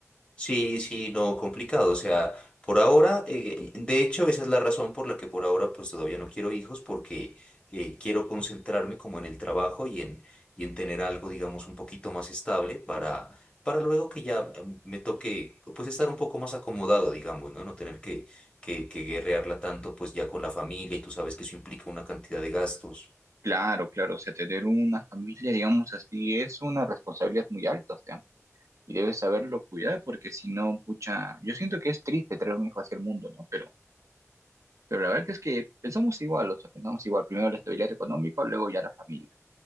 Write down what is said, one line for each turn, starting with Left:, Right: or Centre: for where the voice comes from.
Left: Sí, sí, no, complicado. O sea, por ahora, eh, de hecho, esa es la razón por la que por ahora pues todavía no quiero hijos, porque eh, quiero concentrarme como en el trabajo y en, y en tener algo, digamos, un poquito más estable para, para luego que ya mm, me toque, pues estar un poco más acomodado, digamos, ¿no? No tener que, que, que guerrearla tanto, pues ya con la familia y tú sabes que eso implica una cantidad de gastos.
Right: Claro, claro, o sea, tener una familia, digamos así, es una responsabilidad muy alta, o sea, y debes saberlo cuidar, porque si no, pucha, yo siento que es triste traer un hijo hacia el mundo, ¿no? Pero, pero la verdad es que pensamos igual, o sea, pensamos igual, primero la estabilidad económica, luego ya la familia.